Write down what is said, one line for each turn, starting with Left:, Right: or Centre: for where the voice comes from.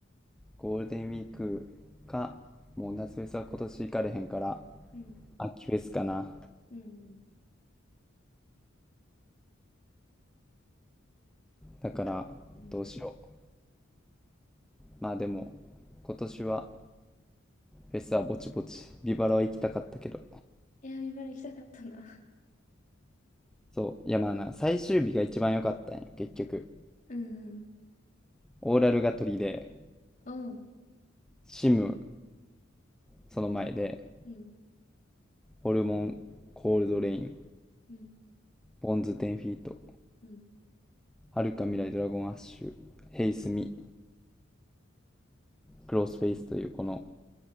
Centre: ゴールデンウィークか、もう夏フェスは今年行かれへんから、
Left: うん。
Centre: 秋フェスかな。
Left: うん。うん。
Centre: だから、
Left: うん
Centre: どうしよう。まあでも、今年はフェスはぼちぼち。ビバラは行きたかったけど。
Left: エアビバラ行きたかったな。
Centre: そう。いやまあな、最終日が一番良かったんよ、結局。
Left: うんうん。
Centre: オーラルが取りで、
Left: おう。
Centre: シム、その前で、
Left: うん。
Centre: ホルモン、コールドレイン、
Left: うん。
Centre: ボンズ10フィート、
Left: うん。うん
Centre: はるか未来ドラゴンアッシュ、ヘイスミ、クロスフェイスというこの、